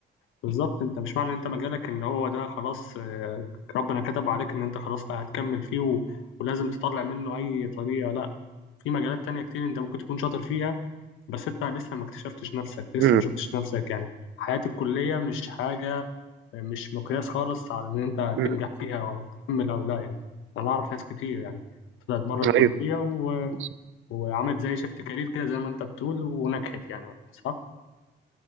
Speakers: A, on the left; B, on the right.
A: بالظبط أنت مش معنى إن أنت مجالك إن هو ده خلاص آه، ربنا كتب عليك إن أنت خلاص لا هتكمل فيه و... ولازم تطلع منه أي طريقة لا في مجالات تانية كتير أنت ممكن تكون شاطر فيها بس أنت لسه ما اكتشفتش نفسك لسه
B: أمم،
A: ما شفتش نفسك يعني حياة الكلية مش حاجة مش مقياس خالص على إن أنت هتنجح
B: أمم.
A: فيها أو هتكمل أو لا يعني أنا أعرف ناس كتير يعني طلعت بره الكلية
B: ايوه
A: و...
B: بالظبط.
A: وعملت زي شيفت كارير كده زي ما أنت بتقول ونجحت يعني صح؟